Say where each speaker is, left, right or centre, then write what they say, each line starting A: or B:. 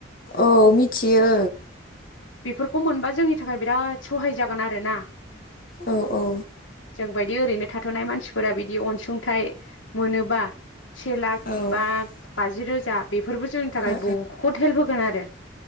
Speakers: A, on the left; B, on the left.
A: औ मिथियो।
B: बेफोरखौ मोनबा जोंनि थाखाय बिराद सहाय जागोन आरो ना।
A: औ औ।
B: जों बायदि ओरैनो थाथ'नाय मानसिफोरा बिदि अनसुंथाइ मोनोबा सेेलाक
A: ओ
B: बा बाजि रोजा बेफ फोरबो जोंनि थाखाय
A: ओ
B: बहुत हेल्प होगोन आरो।